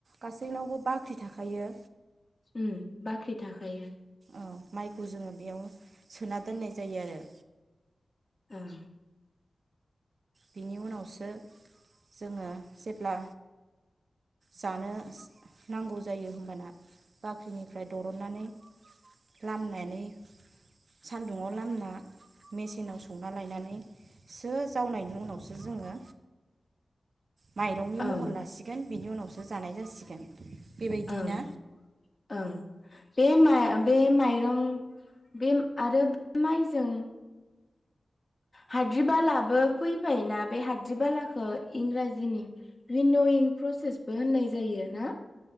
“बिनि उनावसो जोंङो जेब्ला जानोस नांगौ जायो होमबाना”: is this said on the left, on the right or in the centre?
Right